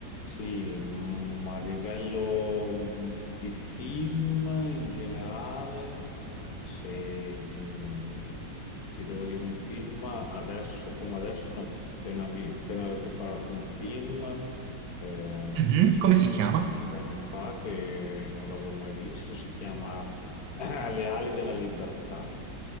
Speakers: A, on the left; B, on the right.
A: Sì, mm, a livello di film in generale, se mm, ti devo dire un film, adesso come adesso ne ho appena, vi- appena recuperato un film eh,
B: Mhm, Come si chiama?
A: di anni fa che non l'avevo mai visto, si chiama <clears throat> eh, Le ali della libertà.